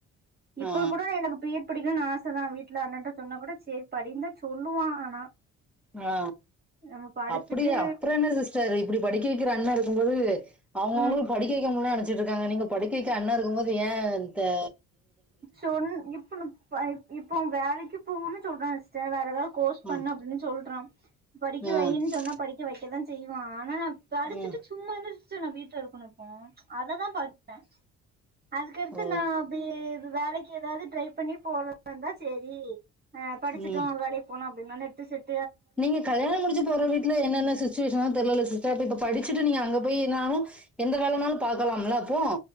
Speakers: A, on the right; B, in the centre.
A: இப்போ
B: ஆ
A: கூட எனக்கு பி எட் படி கனு ஆச தா வீட்டுல அண்ணாட்ட சொன்ன கூட சேரி படினுதா சொல்லுவா ஆனா
B: ஆ
A: நம்ம படிச்சுட்டு
B: அப்டியா அப்புற என்ன சிஸ்டர் இப்டி படிக்க வைக்கிற அண்ண இருக்கும்போது அவங்கவுங்களுக்கு
A: ம்
B: படிக்க வைக்க முடில நெனச்சட்டு இருக்காங்க நீங்க படிக்க வைக்க அண்ண இருக்கும் போது ஏ அந்தா
A: சொன் இப்பனு ம் இப்போ வேலைக்கு போகன்னு சொல்றா சிஸ்டர் வேற ஏதா கோர்ஸ்
B: ஆ
A: பண்ணு அப்டினு சொல்றா படிக்க
B: ஆ
A: வையின் சொன்னா படிக்க வைக்கதா செய்வா ஆனா நா படிச்சுட்டு
B: ஆ
A: சும்மா தானே சிஸ்ட்ர் நா வீட்ல இருக்கணு இப்போ அததா பாக்குறே அதுக்கடுத்து
B: ஓ
A: நா அப்டியே வேலைக்கு எதாவ்து ட்ரை பண்ணி போறதிர்ந்தா செரி ஆ படிச்சிட்டுடோ
B: ம்
A: வேலைக் போலான் அப்டின்தானே டிசட்
B: நீங்க கல்யாண முடிச்சி போற வீ்ட்ல என்னென்ன சிச்சுவேஷனோ தெரிலேல்ல சிஸ் சர் இப்ப படிச்சுட்டு நீங்க அங்க போய் என்னாலூ எந்த வேலைனாலு பாக்கலாம்ல அப்போ